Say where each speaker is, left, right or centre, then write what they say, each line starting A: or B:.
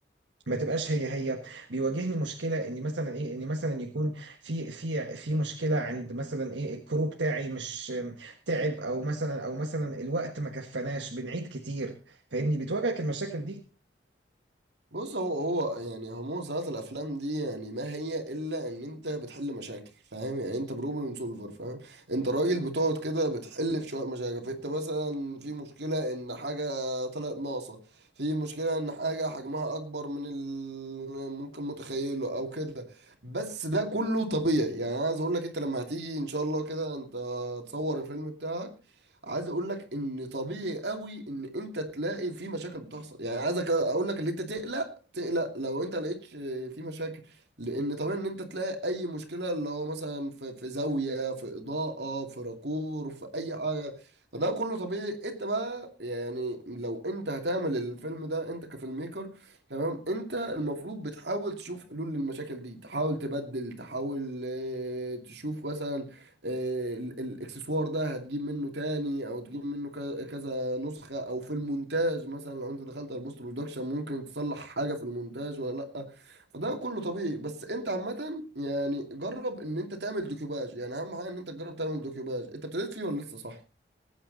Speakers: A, on the right; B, on the right.
A: ما تبقاش هي هي بيواجهني مشكله ان مثلا ايه ان مثلا يكون في في في مشكله عند مثلا ايه الكرو بتاعي مش تعب او مثلا او مثلا الوقت ما كفناش بنعيد كتير فاني بتواجهك المشاكل دي
B: بص هو هو يعني عموما صناعة الأفلام دي يعني ما هي إلا إن أنت بتحل مشاكل فاهم يعني أنت بروبلم سولفر فاهم أنت راجل بتقعد كده بتحل في شوية مشاكل فأنت مثلا في مشكلة إن حاجة طلعت ناقصة في مشكلة إن حاجة حجمها أكبر من ال ممكن متخيله أو كده بس ده كله طبيعي يعني أنا عايز أقول لك أنت لما هتيجي إن شاء الله كده أنت تصور الفيلم بتاعك عايز اقول لك ان طبيعي قوي ان انت تلاقي في مشاكل بتحصل يعني عايزك اقول لك ان انت تقلق تقلق لو انت لقيت آه، في مشاكل لان طبيعي ان انت تلاقي اي مشكله اللي هو مثلا في في زاويه في اضاءه في راكور في اي حاجه فده كله طبيعي انت بقى يعني لو انت هتعمل الفيلم ده انت كفيلم ميكر تمام انت المفروض بتحاول تشوف حلول للمشاكل دي تحاول تبدل تحاول اه، تشوف مثلا آه، ال- الاكسسوار ده هتجيب منه تاني او تجيب منه ك- كذا نسخة او في المونتاج مثلا لو انت دخلت على البوست برودكشن ممكن تصلح حاجة في المونتاج ولا لا فده كله طبيعي بس انت عامة يعني جرب ان انت تعمل دوكيوباج يعني اهم حاجة ان انت تجرب تعمل دوكيوباج انت ابتديت فيه ولا لسه صح؟